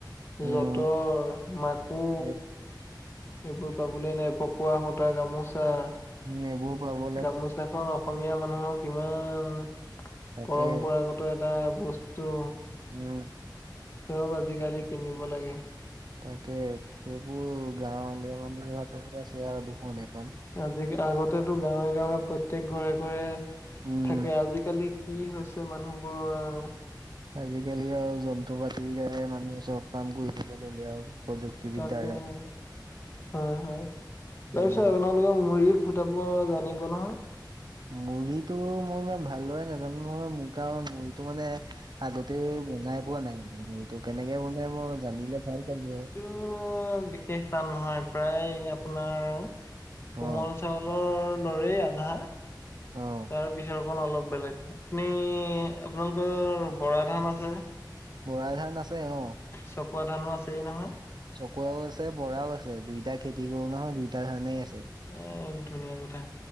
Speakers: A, on the right; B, on the left.
A: উম,
B: যতৰ মাকূ
A: উম,
B: এইবোৰ পাবলৈ নাই পকোৱা সূতা গামোচা।
A: নেবোৰ পাব
B: গামোচাখন অসমীয়া মানুহক কিমান,
A: তাকে
B: পৰম্পৰাগত এটা বস্তু
A: উম।
B: চব আজিকালি কিনিব লাগে।
A: তাকে এইবোৰ গাঁৱলীয়া মানুহ তাকে আছে আৰু দুখন এখন।
B: আজি আগতেতো গাঁৱে গাঁৱে প্ৰত্যেক ঘৰে ঘৰে
A: উম,
B: থাকে আজিকালিক কি হৈছে মানুহবোৰৰ আৰু।
A: আজিকালি আৰু যন্ত্ৰ পাতিৰ দেৰমানুহে চব কাম কৰিব ল'লে আৰু। প্ৰযুক্তিবিদ্যাৰ
B: তাকেহে,
A: দ্বাৰা।
B: হয় হয় তাৰপিছত
A: উম,
B: আপোনালোকৰ মুৰি ফুটাপল জানিব নহয়?
A: মুৰিটো মই ইমান ভালদৰে নাজানো নহয় মোৰ কাৰণ মুৰিটো মানে আগতেও বনাই পোৱা নাই এইটো কেনেকে বনাই মই জানিলে ভাল পালো হয়।
B: অহ বিশেষ টান নহয় প্ৰায় আপোনাৰ কোমল
A: অ',
B: চাউলৰ দৰেই আধা
A: অ',
B: তাৰ পিছৰকণ অলপ বেলেগ, আপুনি আপোনালোকৰ বৰা ধান আছে?
A: বৰা ধান আছে অ।
B: চকুৱ ধানো আছে নহয়?
A: চকুৱাও আছে বৰাও আছে দুইটা খেতি কৰো নহয় দুইটা ধৰণেই আছে
B: এ ধুনীয়া কথা